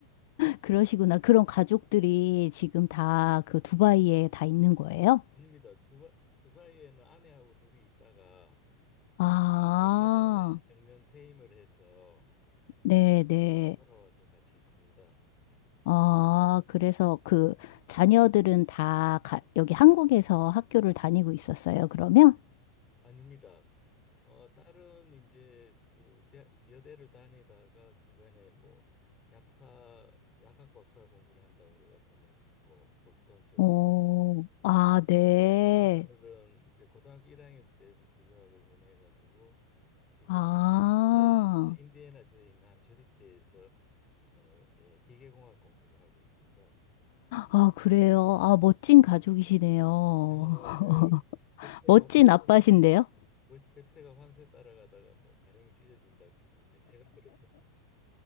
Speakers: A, on the left; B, on the left.
A: 그러시구나. 그런 가족들이 지금 다 그 두바이에 다 있는 거예요?
B: 아닙니다. 두바, 두바이에는 아내하고 둘이 있다가
A: 아,
B: 제가 얼마 전에 정년 퇴임을 해서
A: 네,
B: 한국으로
A: 네.
B: 돌아와서 같이 있습니다.
A: 아, 그래서 그 자녀들은 다 가- 여기 한국에서 학교를 다니고 있었어요, 그러면?
B: 아닙니다. 어, 딸은 이제 그 대- 여대를 다니다가 중간에 뭐 약사 약학 박사 공부를 한다고 우리가 보냈었고 보스턴 쪽으로
A: 어, 아, 네.
B: 예, 아들은 이제 고등학교 1학년 때부터 유학을 보내가지고 지금
A: 아.
B: 이제 예, 저 인디애나주에 있는 한 조립대에서 어, 예, 기계공학 공부를 하고 있습니다.
A: 아, 그래요. 아, 멋진 가족이시네요.
B: <laughs> 어, 네.
A: <laughs>
B: 뱁새가
A: 멋진
B: 황-
A: 아빠신데요?
B: 뭐 뱁새가 황새 따라가다가 뭐 가랭이 찢어진다고 했는데 제가 들었어요.